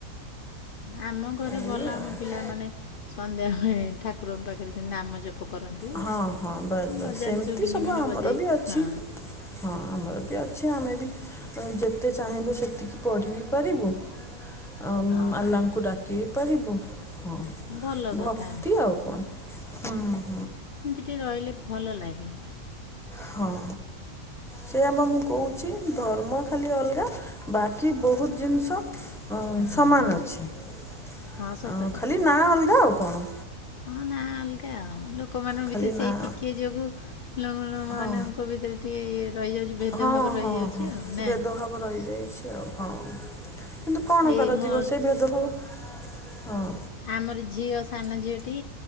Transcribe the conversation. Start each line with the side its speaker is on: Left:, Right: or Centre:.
Left: ଆମ ଘରେ
Centre: ଏଇ
Left: ଭଲ ଆମ
Centre: ଆଉ
Left: ପିଲା ମାନେ ସନ୍ଧ୍ୟା ଠାକୁରଙ୍କ ପାଖରେ ସେମିତି ନାମ ଜପ କରନ୍ତି
Centre: ହଁ ହଁ ବାସ୍ ବାସ୍
Left: ବଜାନ୍ତି
Centre: ସେମିତି
Left: ଗିନି
Centre: ସବୁ
Left: ଫିନି
Centre: ଆମର
Left: ବଜେଇ
Centre: ବି ଅଛି।
Left: ହଁ
Centre: ହଁ ଆମର ବି ଅଛି ଆମେ ବି ତ ଯେତେ ଚାହିଁବୁ ସେତିକି ପଢ଼ି ବିି ପାରିବୁ୍। ଆମ୍
Left: ହଁ
Centre: ଆଲ୍ଲାଙ୍କୁ ଡାକି ବି ପାରିବୁ। ହଁ
Left: ଭଲ କଥା
Centre: ଭକ୍ତି ଆଉ କଣ।
Left: ତି ରହିଲେ ଭଲ ଲାଗେ।
Centre: ହଁ। ସେଇଆ ବା ମୁଁ କହୁଛି ଧର୍ମ ଖାଲି ଅଲଗା ବାକି ବୋହୁତ ଜିନିଷ ଅ
Left: ହଁ
Centre: ସମାନ ଅଛି ଅଁ
Left: ହଁ ସତ କଥା
Centre: ଖାଲି ନା ଅଲଗା ଆଉ କଣ।
Left: ହଁ ନା ଅଲଗା ଆଉ ଲୋ ଲୋକମାନଙ୍କ
Centre: ଖାଲି
Left: ଭିତରେ ସେଇ
Centre: ନାଁ
Left: ଟିକିଏ ଯୋଗୁଁ ଲୋ <unintelligible> ମାନଙ୍କ
Centre: ହଁ
Left: ଭିତରେ ଟିକେ ରହିଯାଉଛି ଭେଦଭାବ
Centre: ହଁ
Left: ରହିଯାଉଛି
Centre: ହଁ ହଁ
Left: ଆଉ ନା
Centre: ଭେଦଭାବ ରହିଯାଇଛି ଆଉ ହଁ। କିନ୍ତୁ କଣ
Left: ଏଇ
Centre: କରାଯିବ
Left: ମୋ
Centre: ସେ ଭେଦଭାବ ହଁ
Left: ଆମରି ଝିଅ ସାନ ଝିଅଟି